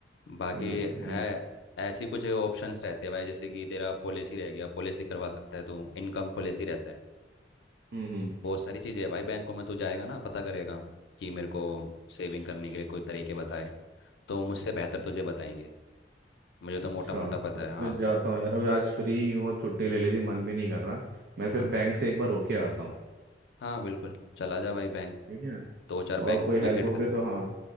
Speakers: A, on the left (about 75°); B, on the right (about 60°).
A: बाकी
B: नहीं
A: है
B: है।
A: ऐसी कुछ ऑप्शंस रहते हैं भाई जैसे कि तेरा पॉलिसी रह गया पॉलिसी करवा सकता है तू इनकम पॉलिसी रहता है
B: हम्म हम्म
A: बहुत सारी चीज़ें है भाई बैंकों में तू जाएगा ना पता करेगा कि मेरे को सेविंग करने के लिए कोई तरीके बताए तो मुझसे बेहतर तुझे बताएंगे मुझे तो
B: अच्छा
A: मोटा मोटा पता
B: तो फिर
A: है हाँ
B: जाता हूँ यार अभी आज फ्री हूँ और छुट्टी ले ली थी मन भी नहीं कर रहा मैं फिर
A: हाँ
B: बैंक से एक बार होके आता हूँ
A: हाँ बिल्कुल चला जा भाई बैंक
B: ठीक है
A: दो चार
B: और
A: बैंक
B: कोई हेल्प
A: विजिट
B: होगी
A: कर
B: तो हाँ